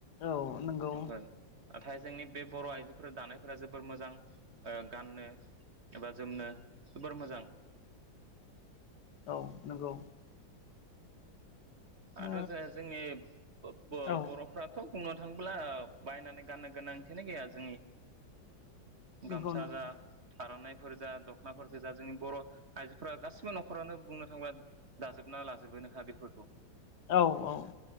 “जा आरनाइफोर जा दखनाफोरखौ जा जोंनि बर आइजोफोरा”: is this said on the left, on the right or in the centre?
Right